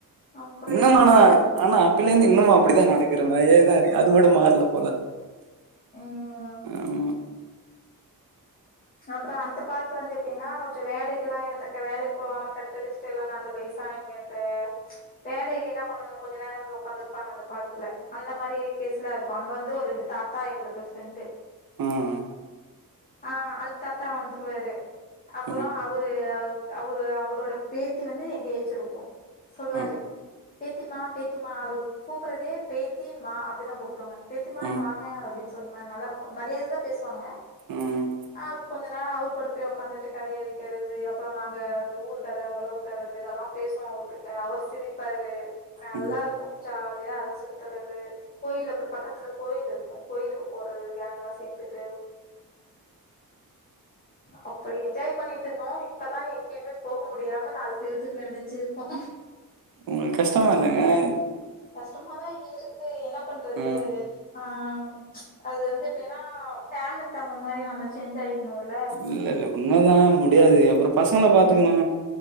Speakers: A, on the left (about 25°); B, on the right (about 70°).
A: அப்புறம்
B: இன்னும்
A: இதெல்லாம்
B: ஆனா
A: போட்டு
B: ஆனா அப்பேல இருந்து இன்னமு அப்பிடிதா நடக்கிற மாரியேதா இருக்கு அது மட்டு மார்ல போல
A: இவ்ங்க
B: ஆமா
A: அப்புறோ அந்த பார்க்ல வந்து எப்டினா கொஞ்சோ வேலைக்குலா இருந்துக்க வேலைக் போவாம கட்டடிஸ் டெலானா அந்த வய்சானவைங்க அந்த வேல இல்லைன்னா கொண்டுவந்து கொஞ்ச நேரோ வந்து உக்காந்திருப்பாங்க அந்த பார்க்குல அந்த மாரி கேஸ்லா இருக்கு அங்க வந்து ஒரு ரெண்டு தாத் தா எங்குளுக்கு ஃபிரெண்டு
B: ம் ம்
A: ஆ அந் தாத்தா வந்துருவாரு அப்புறோ
B: ஆ
A: அவ ரு அவ் அவுரு அவுரோட பேத்தி வந்து எங்க ஏஜ் இருக்கு சொல்லுவாரு
B: ஆ
A: பேத்திமா பேத்திமா அவரு கூப்புறதே பேத்தி மா அப்டிதா கூப்டுவாங்க பேத்திமா
B: ஆ ஆ
A: இங்க வாங்க அப்டின் சொல்மா நல்லா மரியாததா பேசுவாங்க
B: ம்
A: ஆ கொஞ்ச நேரோ அவரு கூட போய் உக்காந்துட்டு கதை அடிக்கிறது அப்புறோ நாங்க அந்த ஊரு கத ஒழவு கத இந்த இதலாம் பேசுவோ அவர்கிட்ட அவரு சிரிப்பாரு நல்லா
B: ஆ
A: இருக்கு ஜாலியா அத சுத்துறது கோயில் அப்புறு பக்கத்துல கோயில் இருக்கு கோயிலுக்கு போறது கேங்கா சேந்துட்டு அப்புடி என்ஜாய் பண்ணிட்டுருந்தோ இப்பதா எங்கியுமே போக முடியாம நாலு செவ்த்துக்குள அடஞ்சிருக்கோ
B: உங்கள்க் கஷ்டமா இல்லையா
A: கஷ்டமாதா இருக்கு என்ன பண்றது
B: ஆ
A: ஆ அது வந்து எப்டின்னா ஃபேமிலிக்கு தகுந்த மாரி நம்ம சேஞ்ச் ஆயிக்கணுல்ல
B: இல்ல இல்ல உண்மதா முடியாது அப்றோ பசங்கள பாத்துக்கணு